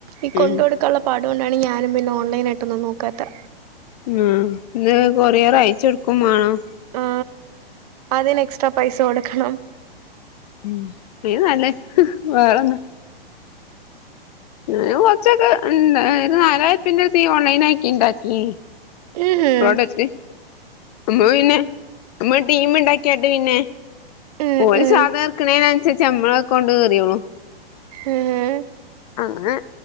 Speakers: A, on the right; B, on the left.
A: ഈ കൊണ്ട്
B: ഉം
A: കൊടുക്കാനുള്ള പാടോണ്ടാണ് ഞാനും പിന്നെ ഓൺലൈനായിട്ടൊന്നും നോക്കാത്തെ
B: ഉം ന്ന് കൊറിയർ അയ്ച്ചോട്ക്കും മാണം
A: ആ അതിന് എക്സ്ട്രാ പൈസ കൊടുക്കണം
B: ഉം പിന്നെ നല്ലേ വേറെൊന്ന ഞൻ കൊറച്ചൊക്കെ ഇന് രു നാലായിരുറ്പ്യന്റെ അട്ത്തൊക്കെ ഓൺലൈനാക്കി ഇണ്ടാക്കിനി
A: ഉം ഉം
B: പ്രോഡക്റ്റ് അമ്മ പിന്നെ അമ്മക്ക് ടീമ്ണ്ടാക്കിയാണ്ട് പിന്നെ
A: ഉം
B: ഓല്
A: ഉം
B: സാധനം ഇട്ക്ക്ണേനനുസരിച്ച് നമ്മളക്കൗണ്ട് കേറിയോളും
A: എ ഏ.
B: അങ്ങനെ.